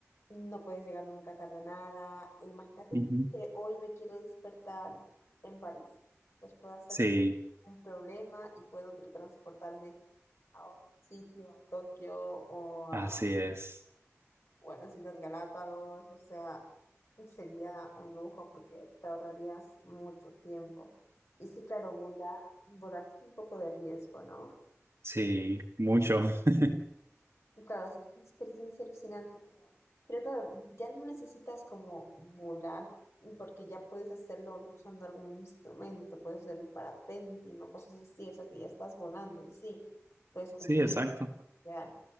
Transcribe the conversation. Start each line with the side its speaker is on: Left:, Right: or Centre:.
Left: no puedes llegar nunca tarde a nada. E imagínate
Right: Ujú.
Left: que hoy me quiero despertar en París, pues puedo hacerlo
Right: sí,
Left: sin ningún problema y puedo teletransportarme a otro sitio, a Tokio o a,
Right: así es.
Left: bueno, las Islas Galápagos, o sea, sería un lujo porque te ahorrarías mucho tiempo. Y sí, claro, volar, volar tiene un poco de riesgo, ¿no?
Right: Sí, mucho. <laughs>
Left: Claro, es una experiencia alucinante, pero, pero claro, ya no necesitas como volar, porque ya puedes hacerlo usando algún instrumento, puedes hacer el parapente, no cosas así, o sea que ya estás volando y sí, puedes cumplir,
Right: Sí, exacto.
Left: real.